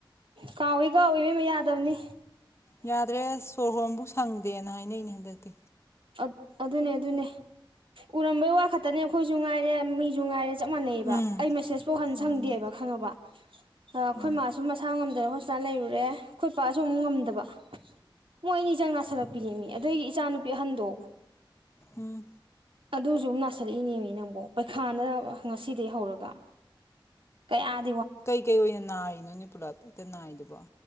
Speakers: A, on the right; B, on the left.
A: ꯀꯥꯎꯏ ꯀꯥꯎꯏ ꯏꯕꯦꯝꯃꯥ ꯌꯥꯗꯝꯅꯤ
B: ꯌꯥꯗꯔ꯭ꯦ ꯑꯁꯁ ꯁꯣꯔ ꯍꯣꯟꯕꯧ ꯁꯪꯗꯔ꯭ꯦ <unintelligible> ꯍꯥꯏꯅꯩꯅꯦ ꯍꯟꯗꯛꯇꯤ
A: ꯑꯗ ꯑꯗꯨꯨꯅꯦ ꯑꯦꯗꯨꯅꯦ ꯎꯔꯝꯕꯩ ꯋꯥ ꯈꯛꯇꯅꯦ ꯑꯩꯈꯣꯏꯁꯨ ꯉꯥꯏꯔꯦ ꯃꯤꯁꯨ ꯉꯥꯏꯔꯦ ꯆꯞ ꯃꯥꯟꯅꯩꯌꯦꯕꯥ
B: ꯎꯝ
A: ꯑꯩ ꯃꯦꯁꯦꯁ ꯄꯥꯎ ꯍꯟ
B: ꯃꯥꯅꯦ
A: ꯁꯪꯗꯦ ꯈꯪꯉꯕꯥ ꯑ ꯑꯩꯈꯣꯌ
B: ꯎꯝ
A: ꯃꯁꯨ ꯃꯁꯥ ꯉꯝ ꯗ ꯍꯣꯁꯄ꯭ꯤꯇꯜ ꯂꯩꯔꯨꯔꯦ ꯑꯩꯈꯣꯌ ꯄꯥꯁꯨ ꯑꯃꯨꯛ ꯉꯝꯗꯕ ꯃꯣꯏ ꯑꯅꯤ ꯆꯪ ꯅꯥꯁꯜꯂꯛꯄꯤꯅꯦꯃꯤ ꯑꯗꯩꯩ ꯏꯆꯥ ꯅꯨ ꯄꯤ ꯑꯍꯟꯗꯣ
B: ꯎꯝ
A: ꯑꯗꯨꯖꯨ ꯑꯃꯨꯛ ꯅꯥꯁꯤꯜꯂꯛꯏꯅꯦꯃꯤ ꯅꯪꯕꯣ ꯄꯩꯈꯅ ꯉꯁꯤꯗꯩꯩ ꯍꯧꯔꯒꯥ ꯀꯌꯥ
B: ꯀꯩ ꯀꯩ ꯑꯣꯏꯅꯥ ꯅꯥꯔꯤꯅꯣ ꯄꯨꯜꯂꯞ ꯗ ꯅꯥꯏꯗꯨꯕꯣ